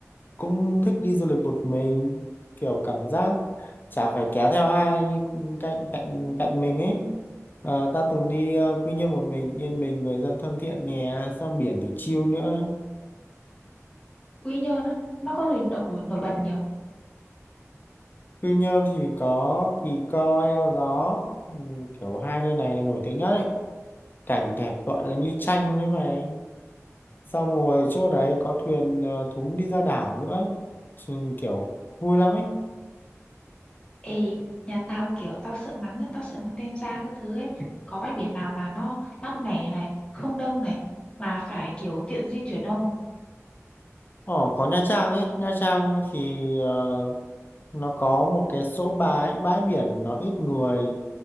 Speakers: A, on the left (about 40°); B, on the left (about 20°).
A: cũng thích đi du lịch một mình kiểu cảm giác chả phải kéo theo ai đi cạnh cạnh cạnh mình ấy Ờ, tao từng đi ờ, Quy Nhơn một mình yên bình người dân thân thiện nè xong biển thì chill nữa
B: Quy Nhơn á, nó có gì độc nổi bật nhiều.
A: Quy Nhơn thì có Kỳ Co, Eo Gió ừ, kiểu hai nơi này là nổi tiếng nhất ấy cảnh đẹp gọi là như tranh với mày xong rồi chỗ đấy có thuyền ờ, thúng đi ra đảo nữa ấy. Chứ Kiểu vui lắm ấy
B: Ê, nhà tao kiểu tao sợ nắng, á, tao sợ nắng đen da các thứ ấy. Có bãi biển nào mà nó mát mẻ này, không đông này, mà phải kiểu tiện di chuyển không?
A: Ờ, có Nha Trang ấy, Nha Trang thì ờ, nó có một cái số bãi bãi biển nó ít người